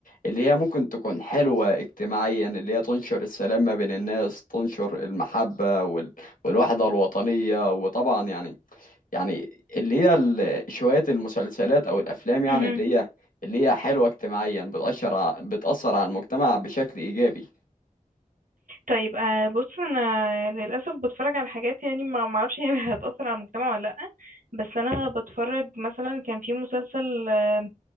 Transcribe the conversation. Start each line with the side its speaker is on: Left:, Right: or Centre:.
Left: اللي هي ممكن تكون حلوة اجتماعيا اللي هي تنشر السلام ما بين الناس تنشر المحبة وال... والوحدة الوطنية وطبعا يعني يعني اللي هي ال- شوية المسلسلات أو الأفلام يعني
Right: مهم.
Left: اللي هي اللي هي حلوة اجتماعيا بتأثر ع- بتأثر على المجتمع بشكل إيجابي
Right: طيب آه، بص انا للاسف بتفرج على حاجات يعني ما ما اعرفش هي <laughs> هتاثر على المجتمع ولا لا بس انا بتفرج مثلا كان في مسلسل آه،